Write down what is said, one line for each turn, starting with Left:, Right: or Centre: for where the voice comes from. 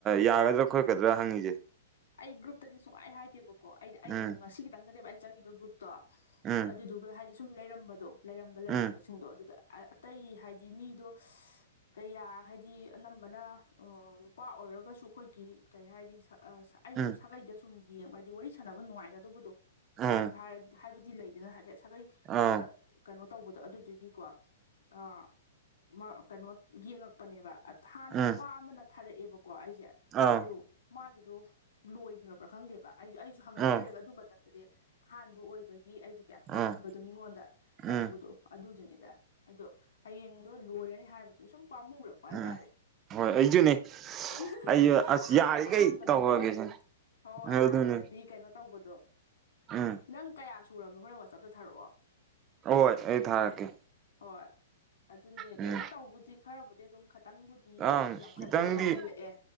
Right: ꯌꯥꯒꯗ꯭ꯔꯥ ꯈꯣꯠꯀꯗ꯭ꯔꯥ ꯍꯪꯉꯤꯁꯦ
Left: ꯑꯩ ꯒ꯭ꯔꯨꯞꯇꯗꯤ ꯁꯨꯡꯍꯥꯏ ꯍꯥꯏꯗꯦꯕꯀꯣ ꯑꯩ ꯑꯩꯅ
Right: ꯎꯝ
Left: ꯑꯃꯨꯛ ꯉꯁꯤꯒꯤꯇꯪꯗꯅꯦꯕ ꯑꯩꯅ ꯆꯪꯉꯤꯗꯣ ꯒ꯭ꯔꯨꯞꯇꯣ
Right: ꯎꯝ
Left: ꯑꯗꯨꯗꯨ ꯑ ꯍꯥꯏꯗꯤ ꯁꯨꯝ ꯂꯩꯔꯝꯕꯗꯣ ꯂꯩꯔꯝꯕ ꯂꯩꯔꯝꯕꯁꯤꯡꯗꯣ
Right: ꯎꯝ
Left: ꯑꯗꯨꯗ ꯑꯇꯩ ꯍꯥꯏꯗꯤ ꯃꯤꯗꯣ ꯀꯌꯥ ꯍꯥꯏꯗꯤ ꯑꯅꯝꯕꯅ ꯑ ꯅꯨꯄꯥ ꯑꯣꯏꯔꯒꯁꯨ ꯑꯩꯈꯣꯏꯒꯤ ꯀꯩ ꯍꯥꯏꯗꯤ ꯁꯛ ꯑ ꯑꯩ
Right: ꯎꯝ
Left: ꯁꯨꯝ ꯁꯥꯒꯩꯗ ꯁꯨꯝ ꯌꯦꯡꯕ ꯍꯥꯏꯗꯤ ꯋꯥꯔꯤ ꯁꯥꯟꯅꯕ ꯅꯨꯡꯉꯥꯏꯒꯗꯧꯕꯗꯣ
Right: ꯎꯝ
Left: ꯅꯨꯡꯉꯥꯏꯕ ꯍꯥꯏꯔꯗꯤ ꯍꯥꯏꯕꯗꯤ ꯂꯩꯗꯅ ꯍꯥꯏꯐꯦꯠ ꯁꯥꯒꯩꯗ
Right: ꯑꯥ
Left: ꯀꯩꯅꯣ ꯇꯧꯕꯗꯣ ꯑꯗꯨꯗꯨꯒꯤꯀꯣ ꯑꯥ ꯃ ꯀꯩꯅꯣ ꯌꯦꯡꯉꯛꯄꯅꯦꯕ ꯍꯥꯟꯅ
Right: ꯎꯝ
Left: ꯅꯨꯄꯥ ꯑꯃꯅ ꯊꯥꯔꯛꯑꯦꯕꯀꯣ ꯑꯩꯁꯦ
Right: ꯑꯥ
Left: ꯑꯗꯨ ꯃꯥꯒꯤꯗꯣ ꯂꯣꯏꯈ꯭ꯔꯕ꯭ꯔꯥ ꯈꯪꯗꯦꯕ ꯑꯩꯖꯨ ꯑꯩꯖꯨ ꯍꯪꯍꯧꯗ꯭ꯔꯦꯕ
Right: ꯑꯥ
Left: ꯑꯗꯨ ꯃꯇꯝꯗꯗꯤ ꯑꯍꯥꯟꯕ ꯑꯣꯏꯕꯒꯤ ꯑꯩꯖꯨ ꯀꯌꯥ
Right: ꯑꯥ
Left: ꯇꯟꯕꯗꯣ ꯃꯤꯉꯣꯟꯗ
Right: ꯎꯝ
Left: ꯇꯧꯕꯗꯣ ꯑꯗꯨꯗꯨꯅꯤꯗ ꯑꯩꯗꯣ ꯍꯌꯦꯡꯗꯣ ꯂꯣꯏꯔꯅꯤ ꯍꯥꯏꯕꯗꯨ ꯁꯨꯝ ꯄꯥꯝꯃꯨꯔꯛꯄ ꯄꯥꯥꯏ
Right: ꯎꯝ
Left: ꯇꯥꯔꯦ
Right: ꯍꯣꯏ ꯑꯩꯁꯨꯅꯦ
Left: <unintelligible>
Right: ꯑꯩꯁꯨ ꯑꯁ
Left: ꯑꯍꯥꯟ
Right: ꯌꯥꯔꯤꯈꯩ
Left: ꯑꯍꯥꯟꯕꯗꯗꯤ
Right: ꯇꯧꯔꯒꯦ ꯁꯤꯅꯦ
Left: ꯍꯣ ꯑꯍꯥꯟꯕꯗꯗꯤ
Right: ꯑꯗꯨꯅꯦ
Left: ꯀꯩꯅꯣ ꯇꯧꯕꯗꯣ
Right: ꯎꯝ
Left: ꯅꯪ ꯀꯌꯥ ꯁꯨꯨꯔꯕꯅꯣ ꯍꯣꯔꯦꯟ ꯋꯥꯆꯞꯇ ꯊꯔꯛꯑꯣ
Right: ꯍꯣꯏ ꯑꯩ ꯊꯥꯔꯛꯀꯦ
Left: ꯍꯣꯏ ꯑꯗꯨꯅꯦ
Right: ꯎꯝ
Left: ꯀꯩꯅꯣ ꯇꯧꯕꯗꯤ ꯈꯔꯕꯨꯗꯤ ꯑꯗꯨꯝ ꯈꯇꯪꯕꯨꯗꯤ
Right: ꯑꯪ
Left: ꯌꯥꯎꯈꯠ
Right: ꯈꯤꯇꯪꯗꯤ
Left: ꯌꯝꯈꯠꯂꯛꯑꯦ